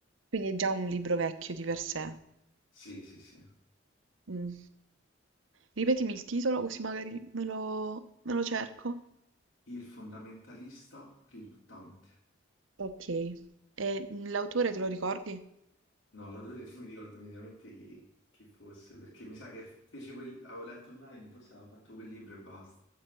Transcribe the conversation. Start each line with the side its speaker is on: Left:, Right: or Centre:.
Right: Quindi è già un libro vecchio di per sé.
Left: Sì, sì, sì.
Right: Mm. Ripetimi il titolo così magari me lo, me lo cerco.
Left: Il fondamentalista riluttante.
Right: Ok. E l'autore te lo ricordi?
Left: No, <laughs> l'autore non mi ricordo minimamente chi, chi fosse, perché mi sa che fece quel... avevo letto online, forse aveva fatto quel libro e basta.